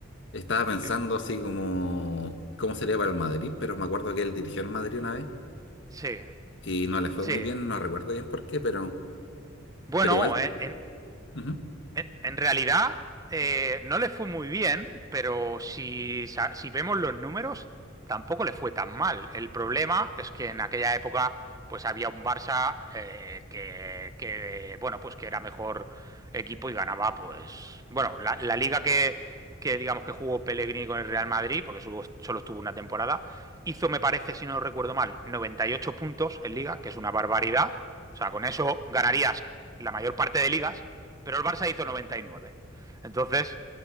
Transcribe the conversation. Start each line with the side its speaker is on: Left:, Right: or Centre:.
Left: Estaba pensando
Right: Sí,
Left: así como cómo sería para el Madrid, pero me acuerdo que él dirigió al Madrid una vez
Right: sí,
Left: y no le fue
Right: sí.
Left: muy bien, no recuerdo bien por qué, pero,
Right: Bueno,
Left: pero igual,
Right: eh, en,
Left: ujú.
Right: En, en realidad, eh, no le fue muy bien, pero si, sa- si vemos los números, tampoco le fue tan mal. El problema es que en aquella época, pues había un Barça eh, que, que, bueno, pues que era mejor equipo y ganaba, pues, bueno, la, la liga que, que, digamos que jugó Pellegrini con el Real Madrid, porque solo, solo estuvo una temporada, hizo, me parece, si no recuerdo mal, 98 puntos en liga, que es una barbaridad. O sea, con eso ganarías la mayor parte de ligas pero el Barça hizo 99. Entonces,